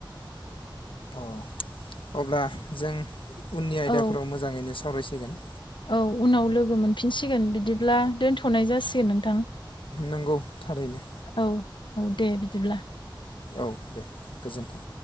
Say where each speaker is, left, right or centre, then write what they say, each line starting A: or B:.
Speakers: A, on the left; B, on the left.
A: अ अब्ला जों उननि आयदाफोराव
B: औ
A: मोजाङैनो सावरायसि फैगोन
B: औ उनाव लोगो मोनफिनसिगोन बिदिब्ला दोनथ'नाय जासिगोन नोंथां।
A: नोंगौ थारैनो।
B: औ औ दे बिदिब्ला
A: औ दे गोजोन्थों।